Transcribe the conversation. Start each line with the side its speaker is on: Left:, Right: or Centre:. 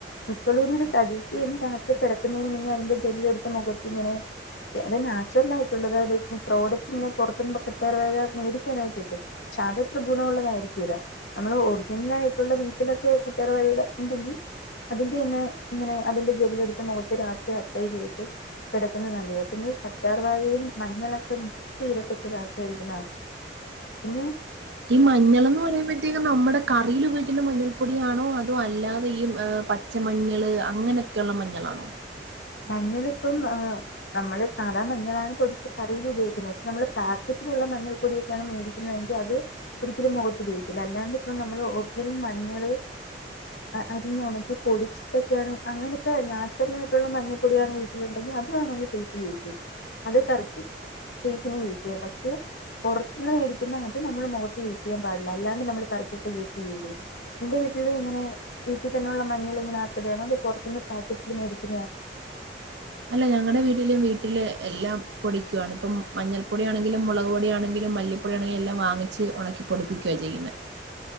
Left: എപ്പളും ഒരു സജസ്റ്റ് രാത്രി കിടക്കുന്നതിന് അതിന്റെ ജല്ലി എടുത്ത് മുഖത്തിങ്ങനെ അത് നാച്ചുറൽ ആയിട്ടുള്ളത് അത് പ്രോഡക്റ്റിങ്ങനെ പുറത്തുന്ന് <unintelligible> മേടിക്കാനായി കിട്ടും പക്ഷേ അത് അത്ര ഗുണ മുള്ളതായിരിക്കൂല്ല നമ്മള് ഒറിജിനൽ ആയിട്ടുള്ള വീട്ടിലൊക്കെ കറ്റാർ വാഴയുടെ ഉണ്ടെങ്കിൽ അതിന്റെ തന്നെ ഇങ്ങനെ അതിന്റെ ജെല്ല് എടുത്ത് മുഖത്ത് രാത്രി അപ്ലൈ ചെയ്തിട്ട് കിടക്കുന്ന നല്ലിയത് പിന്നെ ഈ കറ്റാർ വഴയും മഞ്ഞളൊക്കെ മിക്സ് ചെയ്തിട്ട് <unintelligible> ഇട്ന്നത് കാണാം ഉം
Right: ഈ മഞ്ഞൾ എന്ന് പറയുമ്പൊ പ്രത്യേകം നമ്മുടെ കറിയിൽ ഉപയോഗിക്കുന്ന മഞ്ഞൾപ്പൊടിയാണോ അതോ അല്ലാതെ ഈ പച്ചമഞ്ഞൾ അങ്ങനെ ക്ക്ള്ള മഞ്ഞളാണോ
Left: മഞ്ഞളിപ്പം ആഹ് നമ്മള് സാധാ മഞ്ഞളാണ് പൊടിച്ച് കറിയിൽ ഉപയോഗിക്കുന്നത് പക്ഷെ നമ്മള് പാക്കറ്റിലുള്ള മഞ്ഞൾ പൊടിയൊക്കെയാണ് മേടുന്നത് ങ്കി അത് ഒരിക്കലും മുഖത്ത് ഉഭയോഗിക്കില്ല അല്ലാണ്ട് ഇപ്പ നമ്മള് ഓർജിനൽ മഞ്ഞള് അരി ഉണക്കി പൊടിച്ചിട്ടൊക്കെയാണ് അങ്ങനത്തെ നാച്ചുറൽ ആയിട്ടുള്ള മഞ്ഞ മഞ്ഞൾ പൊടിയാണ് വീട്ടിലുണ്ടെങ്കിൽ അത് വേണമെങ്കിൽ ഫെയ്സിൽ യൂസ് ചെയ്യാം അത് <unintelligible> ഫെയ്സിൽ യൂസ് ചെയ്യാം പക്ഷെ പുറത്തന്ന് മേടിക്കുന്നട്ട് നമ്മള് മുഖത്ത് യൂസ് ചെയ്യൻപാടില്ല അല്ലാണ്ട് നമ്മള് കറപ്പപ്പ്സ് <unintelligible> ചെയ്യത് നിന്റെ വീട്ടിൽ ഇങ്ങനെ വീട്ടിൽ തന്നെള്ള മഞ്ഞൾ ഇങ്ങനെ ആക്കുകയാണോ അതോ പുറത്തുന്ന് പാക്കറ്റിൽ മേടിക്കുകതാണ്
Right: അല്ല ഞങ്ങളുടെ വീട്ടിലും വീട്ടില് എല്ലാം പൊടിക്കുകയാണ് ഇപ്പം മഞ്ഞൾപ്പൊടിയാണെങ്കിലും, മുളക് പൊടിയാണെങ്കിലും, മല്ലിപ്പൊടിയാണെങ്കിലും എല്ലാം വാങ്ങിച്ച് ഉണക്കി പൊടിപ്പിക്കുകയാ ചെയ്യുന്നത്